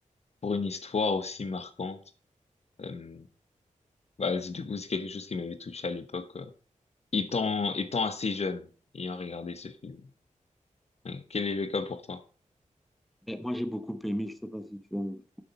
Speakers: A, on the left; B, in the centre.
A: pour une histoire aussi marquante. Euh, bah, c'est- du coup, c'est quelque chose qui m'avait touché à l'époque, euh, étant
B: Oui.
A: étant assez jeune, ayant regardé ce film. Ouais. Quel est le cas pour toi?
B: Ben, moi, j'ai beaucoup aimé, je sais pas si tu as vu le